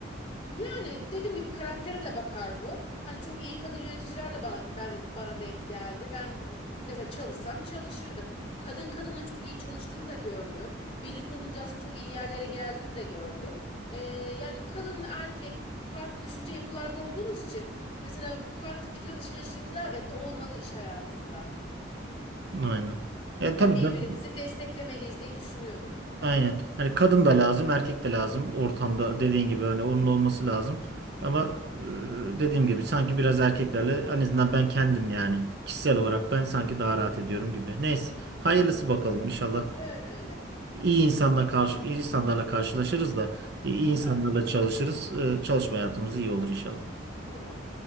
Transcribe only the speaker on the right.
Aynen. E
tabii
canım.
Aynen. Hani kadın da lazım, erkek de lazım ortamda dediğin gibi hani onun olması lazım. Ama e, dediğim gibi sanki biraz erkeklerle en azından ben kendim yani kişisel olarak ben sanki daha rahat ediyorum gibi. Neyse, hayırlısı bakalım inşallah.
iyi insanla karşı iyi insanlarla karşılaşırız da iyi
insanlarla çalışırız. E, Çalışma hayatımız iyi olur inşallah.